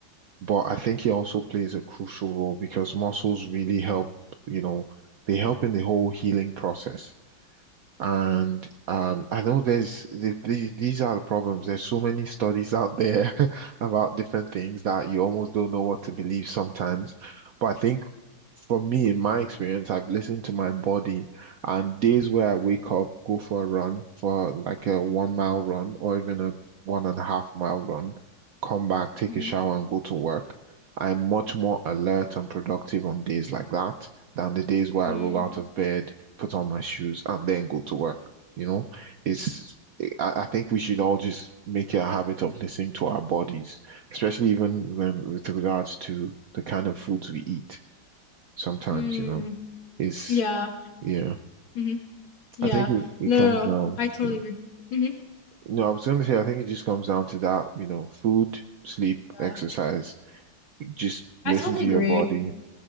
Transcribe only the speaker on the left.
hmm
mm
Mm.
Yeah.
hmm Yeah.
No,
no,
no. I totally
agree. hmm
Yeah.
I
totally
agree.